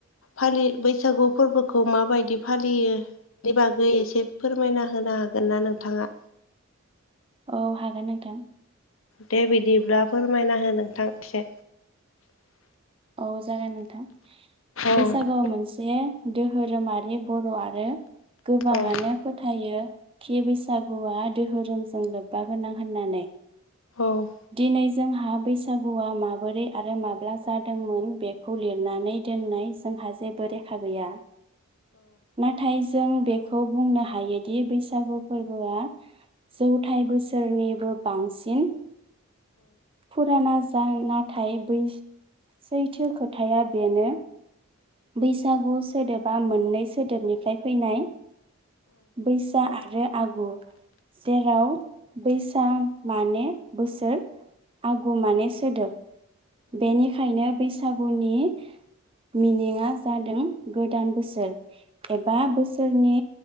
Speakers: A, on the left; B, on the right.
A: फालि बैसागु फोरबोखौ माबायदि फालियो। बेनि बागै एसे फोरमायना होनो हागोन ना नोंथाङा।
B: औ हागोन नोंथां।
A: दे बिदिब्ला फोरमायना हो नोंथां एसे।
B: औ जागोन नोंथां
A: औ
B: बैसागुआव मोनसे दोहोरोमारि बर'आ आरो गोबाङानो
A: औ
B: फोथायो। खि बैसागुआ दोहोरोमजों लोब्बा गोनां होननानै।
A: औ
B: दिनै जों हा बैसागुआ माबोरै आरो माब्ला जा दोंमोन बेखौ लिरनानै दोननाय जोंहा जेबो रेखा गैया। नाथाय जों बेखौ बुंनो हायोदि बैसागु फोरबोआ जौथाय बोसोरनिबो बांसिन। फुराना जा नाथाय बै सैथो खोथाया बेनो। बैसागु सोदोबा मोननै सोदोबनिफ्राय फैनाय। बैसा आरो आगु। जेराव बैसाग माने बोसोर। आगु माने सोदोब बेनिखायनो बैसागुनि मिनिङा जादों गोदान बोसोर एबा बोसोरनि